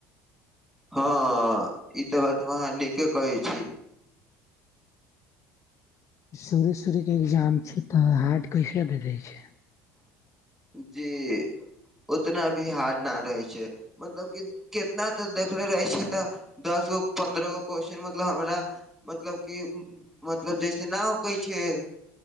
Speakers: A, in the centre; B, on the left (about 40°).
A: हँ ई तऽ बात मे वहाँ नीके कहै छी।
B: सुर-सुर। एग्जाम छै तऽ हार्ड कैसे भे दै छै।
A: जे। उतना भी हार्ड ना रहै छै मतलब कि कितना तऽ देखले रहै छै तऽ। दस गो पन्द्रह गो क्वेश्चन मतलब हमरा मतलब की। मतलब जैसे न होकै छै